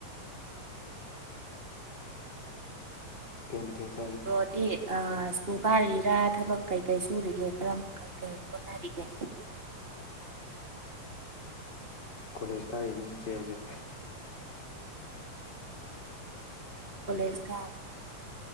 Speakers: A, on the left; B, on the right.
A: ꯀꯩ ꯃꯊꯦꯜꯁ
B: ꯔꯣꯗꯤ ꯑ ꯁ꯭ꯀꯨꯜ ꯀꯥꯔꯤꯔꯥ ꯊꯕꯛ ꯀꯩ ꯀꯩ ꯁꯨꯔꯤꯒꯦ ꯀꯔꯝ ꯀꯔꯤ ꯀꯔꯤ ꯍꯣꯠꯅꯔꯤꯒꯦ
A: <inaudible> ꯀꯣꯂꯦꯖ ꯀꯥꯔꯤꯅꯤ ꯏꯆꯦꯁꯦ
B: ꯂꯦꯖ